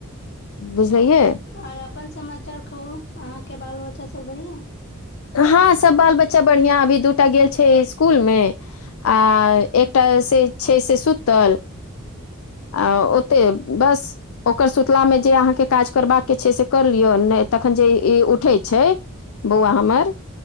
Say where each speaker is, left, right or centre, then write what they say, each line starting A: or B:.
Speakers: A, on the left; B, on the left.
A: बुझलैए
B: आर अपन समाचार कहु अहांँ के बाल बच्चा सब बढ़िया
A: हँ सब बाल बच्चा बढ़ियां अभी दूटा गेल छै स्कुल मे आ एकटा से छै से सुतल
B: ह
A: आ ओते बस ओकर सुतलामे जे अहाँके काज करबाक छै से कर लियअ नहि तखन जे ई उठैत छै बौआ हमर